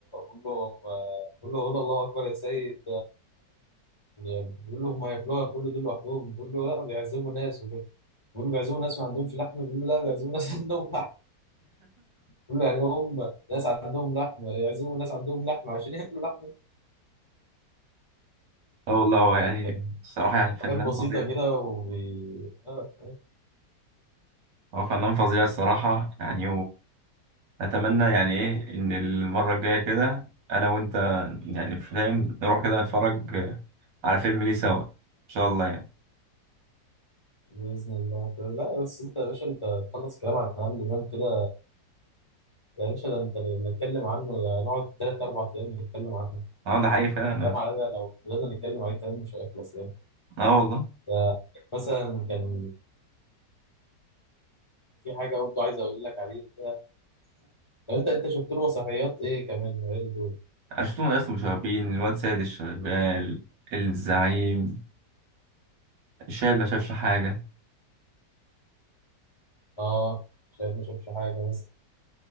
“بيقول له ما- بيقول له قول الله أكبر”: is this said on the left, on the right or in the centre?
Left